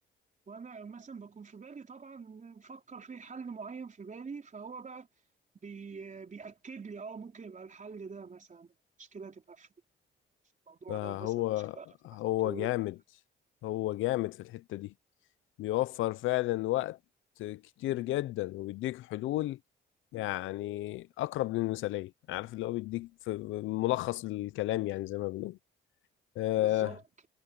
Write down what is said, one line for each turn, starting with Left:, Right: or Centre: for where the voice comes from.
Right: وانا مثلا بكون في بالي طبعا مفكر في حل معين في بالي فهو بقى بي بيأكد لي اه ممكن يبقى الحل ده مثلا مشكلة تبقى في في الموضوع
Left: ده
Right: ده مثلا
Left: هو
Right: مشكلة تبقى
Left: هو
Right: في الطول
Left: جامد
Right: ولا
Left: هو جامد في الحتة دي بيوفر فعلا وقت كتير جدا وبيديك حلول يعني أقرب للمثالية عارف اللي هو بيديك في ملخص الكلام يعني زي ما بنقول آه
Right: بالظبط